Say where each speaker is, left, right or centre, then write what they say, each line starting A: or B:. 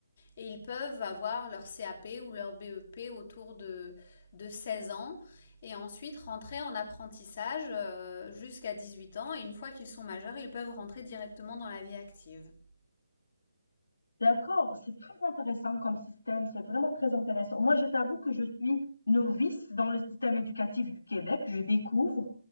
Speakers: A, on the left (about 25°); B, on the left (about 80°).
A: Et ils peuvent avoir leur CAP ou leur BEP autour de, de 16 ans et ensuite rentrer en apprentissage euh, jusqu'à 18 ans. Et une fois qu'ils sont majeurs, ils peuvent rentrer directement dans la vie active.
B: D'accord, c'est très intéressant comme système, c'est vraiment très intéressant. Moi, je t'avoue que je suis novice dans le système éducatif du Québec, je découvre.